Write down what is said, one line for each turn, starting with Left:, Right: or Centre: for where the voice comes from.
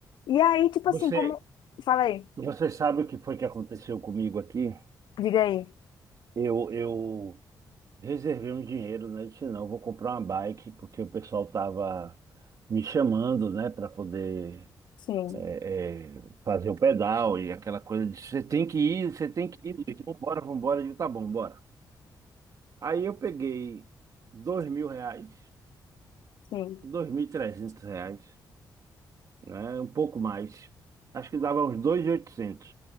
Left: E aí, tipo
Right: Você,
Left: assim, como... Falei,
Right: você sabe o que foi que aconteceu comigo aqui?
Left: diga aí.
Right: Eu, eu reservei um dinheiro, né? Disse, não, eu vou comprar uma bike, porque o pessoal tava me chamando, né, para poder
Left: Sim,
Right: é, é, fazer o pedal e aquela coisa de você tem que ir, você tem que ir. Luiz. Vambora, vambora. Eu digo, tá bom, bora. Aí eu peguei dois mil reais,
Left: sim.
Right: dois mil e trezentos reais, né? Um pouco mais. Acho que dava uns dois mil e oitocentos.